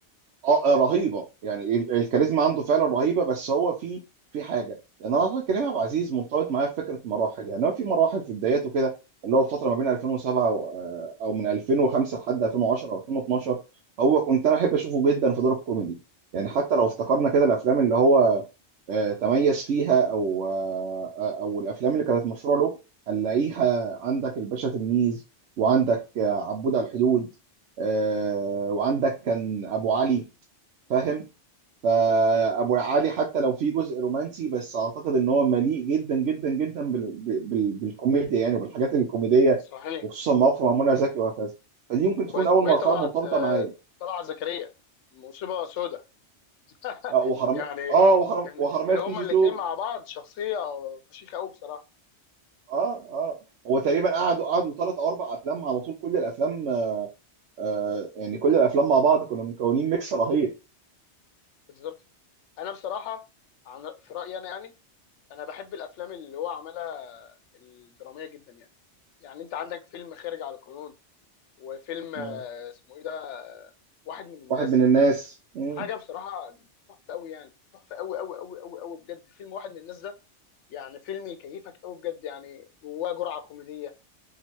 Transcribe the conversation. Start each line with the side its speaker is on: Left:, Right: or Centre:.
Right: اه آه، رهيبه يعني ال- الكاريزما عنده فعلا رهيبه بس هو في في حاجه لان انا اعتقد كريم عبد العزيز مرتبط معايا في فكره مراحل يعني هو في مراحل في بداياته كده اللي هو الفتره ما بين 2007 و- آه، او من 2005 لحد 2010 او 2012 هو كنت انا احب اشوفه جدا في دور الكوميدي يعني حتى لو افتكرنا
Left: مم.
Right: كده الافلام اللي هو آه، تميز فيها او آه، آه، او الافلام اللي كانت مشهوره له هنلاقيها عندك الباشا تلميذ وعندك آه، عبود على الحدود آه، وعندك كان ابو علي فاهم فابو
Left: مم.
Right: علي حتى لو في جزء رومانسي بس اعتقد ان هو مليء جدا جدا جدا بال... بال... بالكوميديا يعني وبالحاجات الكوميديه
Left: صحيح
Right: وخصوصا مواقف مع منى زكي وهكذا فدي ممكن
Left: واسمه
Right: تكون اول مرحله
Left: ايه طلعت
Right: مرتبطه
Left: آه،
Right: معايا
Left: طلعت زكريا مصيبه سودة <laughs>
Right: اه وحرام
Left: يعني
Right: اه وحرام
Left: كان
Right: وحراميه
Left: كان
Right: في
Left: هما
Right: كي جي
Left: الاثنين
Right: 2
Left: مع بعض شخصيه فشيخه قوي بصراحه
Right: اه اه هو تقريبا قعدوا قعدوا ثلاث او اربع افلام على طول كل الافلام آه يعني كل الافلام مع بعض كنا مكونين ميكس رهيب
Left: بالظبط انا بصراحه عن في رايي انا يعني انا بحب الافلام اللي هو عملها الدراميه جدا يعني يعني انت عندك فيلم خارج على القانون وفيلم آه،
Right: مم.
Left: اسمه ايه ده آه، واحد من الناس
Right: واحد من الناس مم.
Left: حاجه بصراحه تحفه قوي يعني تحفه قوي قوي قوي قوي قوي بجد. فيلم واحد من الناس ده يعني فيلم يكيفك قوي بجد، يعني جواه جرعه كوميديه،